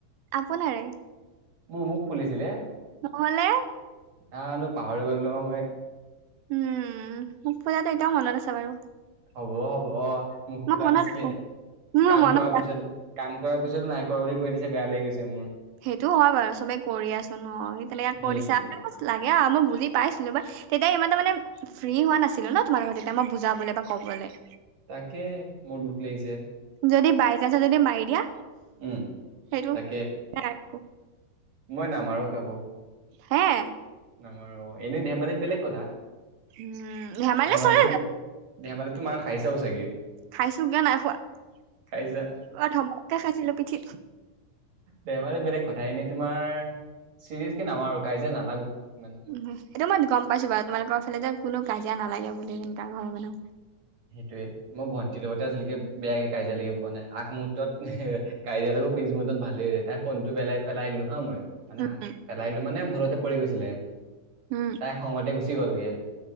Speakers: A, on the right (about 85°); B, on the right (about 55°).
A: আপোনাৰে
B: মোৰ মুখ ফুলিছিলে
A: নহ'লে
B: জনো পাহৰি গলো নহয় মই
A: উম মোক ফুলাটো এতিয়াও মনত আছে বাৰু
B: হ'ব হ'ব মুখ
A: মই
B: খোলা
A: মনত
B: নাছিলে
A: ৰাখো মোৰ
B: কাম
A: মনত
B: কৰাৰ
A: ৰাখো
B: পিছতো কাম কৰাৰ পিছতো নাই কৰা বুলি কৈ দিছে বেয়া লাগি গৈছে মোৰ
A: সেইটোও হয় বাৰু চবে কৰি আছোন অ সি তেনেকে
B: সেইটোৱে
A: কৈ দিছা লাগে আৰু মই বুজি পাইছিলো বাৰ তেতিয়া সিমানতে মানে ফ্ৰী হোৱা নাছিলো ন তোমাৰ লগত তেতিয়া মই বুজাবলৈ বা ক'বলৈ
B: তাকে মোৰ দুখ লাগিছে
A: যদি বাই চানসৰ যদি মাৰি দিয়া
B: উম
A: সেইটো
B: তাকে
A: <unintelligible>
B: মই নামাৰো কাকো
A: হে
B: নামাৰো এনে ধেমালিত বেলেগ কথা
A: উম ধেমালি
B: ধেমালিতো
A: চলি যায়।
B: ধেমালিতো মাৰ খাই চাও চাগে
A: খাইছোগে নাই খোৱা
B: খাইছা
A: ধমককে খাইছিলো পিঠিত।
B: ধেমালি বেলেগ কথা এনেই তোমাৰ চিৰিয়াচ কে নামা কাই যে নালাগো ইমান
A: উম এইটো মই গম পাইছো বাৰু তোমালোকৰ ফালে যে কোন কাজিয়া নালাগে বুলি তেনেকা ঘৰ মানুহ
B: সেইটোয়ে মই ভণ্টিৰ লগতে আজিলৈকে বেয়াকে কাজিয়া লাগিব পোৱা নাই আগমহুৰ্তত কৰিয়া লগত পিছ মুৰুহটত ভালে হৈ য তাই ফোনটো পেলাই পেলাই দিলো হা মই মানে
A: উম
B: পেলাইিলো মানে ভুলতে পৰি গৈছিলে
A: উম
B: তাই খঙতে গুচি গ'লগে